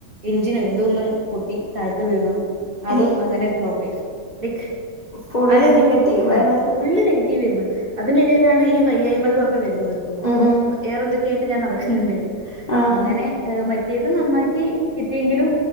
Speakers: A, on the right (about 35°); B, on the left (about 65°).
A: എഞ്ചിനോ എന്തോന്ന് പൊട്ടി താഴ്ത്ത് വീണം അതും
B: ഏഹ്
A: അങ്ങനെ ഫ്ളോപ്പസ് ലൈക്ക്
B: ഫുള്ള്
A: ആഹ് രണ്ട്
B: നെഗറ്റീവ്
A: ഉം
B: വേണല്ലോ
A: ഫുള്ള് നെഗറ്റീവ് ആയിരുന്ന്. അതിൻ്റെടാലാണ് ഈ വയ്യായ്മകളൊക്കെ വരുന്നത്
B: ഉം ഉം
A: പ്പോ ഏറെ എന്തൊക്കെയായിട്ട് ഞാൻ നടക്ക്ന്ന്ണ്ടായിരുന്നു.
B: ആഹ്
A: അങ്ങനെ ഹ് മറ്റേത് നന്നാക്കി കിട്ടിയെങ്കിലും